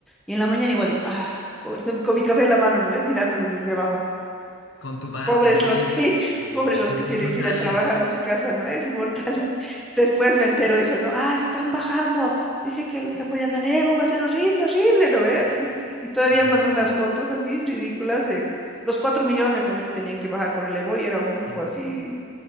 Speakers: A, in the centre; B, on the left.
A: Y en la mañana igual digo, ah, pobre, con mi café en la mano, ¿no ve? Mirándolos desde abajo.
B: con tu bata
A: Pobres
B: así,
A: los
B: de,
A: <laughs> que,
B: de-
A: pobres los que tienen
B: <laughs> mortales.
A: que ir a trabajar a su casa, ¿no? Es inmortal. <laughs> Después me entero eso, ¿no? Ah, se están bajando. Dice que los que apoyan al Evo va a ser horrible, horrible, ¿no ve? Así. Y todavía
B: Ya.
A: mandó unas fotos así ridículas de los cuatro millones, ¿no ve? Que tenían que bajar por el Evo y era un grupo
B: Sí.
A: así